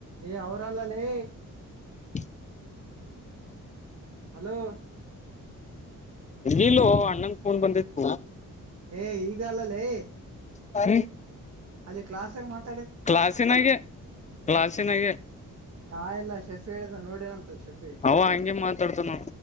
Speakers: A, on the right; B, on the left.
A: ಏ ಅವರಲ್ಲ ಲಲೇ
B: <inaudible>
A: ಹಲೋ
B: ನೀಲ ಅಣ್ಣ ಫೋನ್ ಬಂದುತೂ
A: ಏ ಈಗ ಅಲ್ಲಲೇ
B: ಪರಿ ಹ್ಮ್
A: ಅಲ್ಲಿ ಕ್ಲಾಸ್ಗ ಮಾತ್ರ
B: ಕ್ಲಾಸಿನಾಗ ಕ್ಲಾಸಿನಾಗ
A: ಹಾ ಎಲ್ಲ ಶೆಶಿಹೇಳಿದಂತ ಎಲ್ಲ ನೋಡಿನಂತದ ಶೆಫೇಡ್
B: ಅವ ಹಂಗೆ ಮಾತಾಡ್ತಾನ